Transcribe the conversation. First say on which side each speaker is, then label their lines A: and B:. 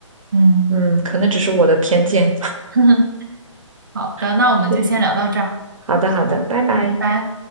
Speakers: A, on the right (about 40°); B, on the right (about 90°).
A: 嗯，
B: 嗯，可能只是我的偏见。
A: <laughs> 好的，那我们就先聊到这儿，
B: <laughs> 好的，好的，拜拜。
A: 拜拜。